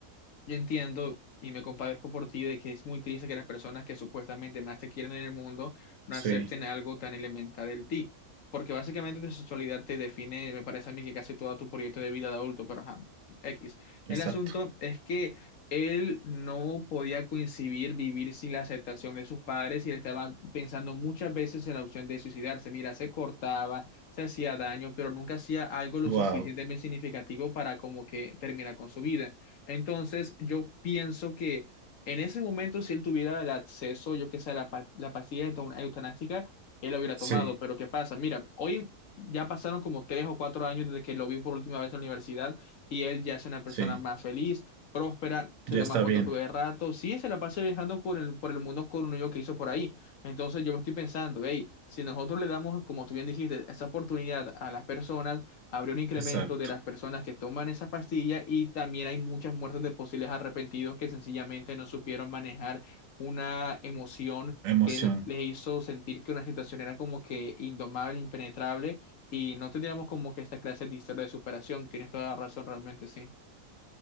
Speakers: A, on the left (about 65°); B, on the right (about 65°).
A: yo entiendo y me compadezco por ti de que es muy triste que las personas que supuestamente más te quieren en el mundo no
B: sí,
A: acepten algo tan elemental del ti, porque básicamente tu sexualidad te define, me parece a mí, que casi todo tu proyecto de vida de adulto, pero ajá, X.
B: exacto.
A: El asunto es que él no podía coincidir vivir sin la aceptación de sus padres y él estaba pensando muchas veces en la opción de suicidarse. Mira, se cortaba, se hacía daño, pero nunca hacía algo lo
B: Wow,
A: suficientemente significativo para como que terminar con su vida. Entonces, yo pienso que en ese momento, si él tuviera el acceso, yo que sé, a la, pa- la pastilla eutan- eutanásica, él la hubiera
B: sí,
A: tomado. Pero ¿qué pasa? Mira, hoy ya pasaron como tres o cuatro años desde que lo vi por última vez en la universidad y él ya es una persona
B: sí,
A: más feliz, próspera, se
B: ya
A: toma
B: está
A: fotos
B: bien,
A: todo el rato. Sí, se la pasa viajando con el- por el mundo con un yo que hizo por ahí. Entonces, yo me estoy pensando, hey, si nosotros le damos, como tú bien dijiste, esa oportunidad a las personas, habría un incremento
B: exacto.
A: de las personas que toman esa pastilla y también hay muchas muertes de posibles arrepentidos que sencillamente no supieron manejar una emoción
B: Emoción.
A: que les hizo sentir que una situación era como que indomable, impenetrable y no tendríamos como que esta clase de historia de superación. Tienes toda la razón, realmente sí.